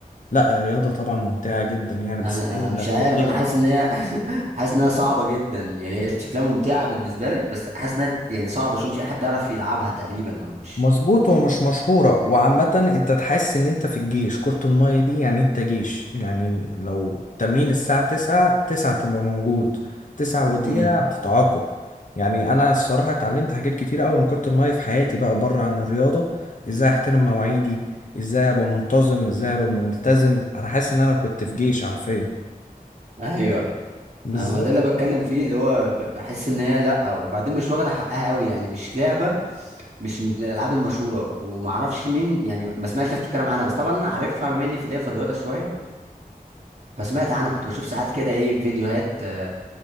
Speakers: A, on the left; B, on the right.
A: لا الرياضة طبعا ممتعة جدا يعني بس
B: انا أنا
A: هي
B: مش عارف
A: مهلكة
B: انا حاسس ان هي <laughs> حاسس انها صعبه جدا يعني هي شكلها ممتعه بالنسبه لك بس حاسس انها يعني صعبه شويه مش اي حد يعرف يلعبها تقريبا او مش
A: مظبوط ومش مشهورة وعامة انت تحس ان انت في الجيش كرة المية دي يعني انت جيش يعني لو التمرين الساعة تسعة تسعة تبقى موجود تسعة ودقيقة
B: امم
A: هتتعاقب يعني انا الصراحة اتعلمت حاجات كتير اوي من كرة المية في حياتي بقى بره عن الرياضة ازاي احترم مواعيدي ازاي ابقى منتظم ازاي ابقى ملتزم انا حاسس ان انا كنت في جيش حرفيا
B: ايوه
A: بالظبط
B: انا ما ده اللي بتكلم فيه اللي هو ب- بحس ان هي لا وبعدين مش واخده حقها قوي يعني مش لعبه مش من الالعاب المشهوره وما اعرفش مين يعني ما سمعتش ناس بتتكلم عنها بس طبعا انا عارفها بما اني في ليا في الرياضه شويه فسمعت عنها كنت بشوف ساعات كده ايه فيديوهات آه،